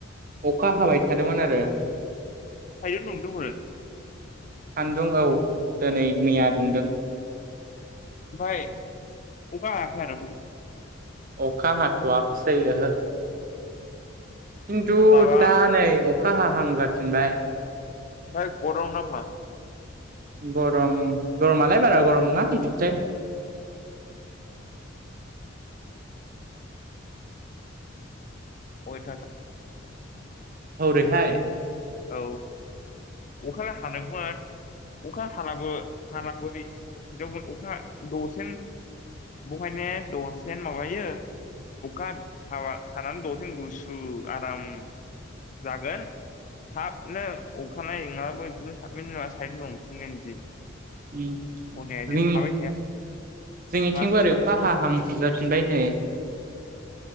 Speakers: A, on the right; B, on the left.
A: अखा हाबाय थादोंमोन आरो
B: सान्दुं दुंदों हरै
A: सान्दुं औ दिनै मैया दुंदों
B: ओमफाय अखा हायाखै आरो हरै
A: अखा हाथ'वाखसै ओहो खिन्थु
B: माबा
A: दा नै अखा हाहां जाफिनबाय
B: ओमफ्राय गरम ना मा
A: गरम गरमालाय बारा गरम नङा बिदिनोसै आरो
B: अयथासार
A: हौरैहाय
B: औ अखालाय हादोंमोन अखा हालाबो हालाबै दसेनावमोन अखा दसेन बहायनो दसेनो माबायो अखा हाबा हानानै दसेन गुसु आराम जागोन थाबनो अ खानाय नङाबो बिदिनो थाबैनो नङा साइड दुंफिनगोन बिदि
A: जोंनि
B: बनाया बिदि थाबाय थाया
A: जोंनिथिंबो
B: मा
A: आरो अखा हाहां जाफिनबाय नै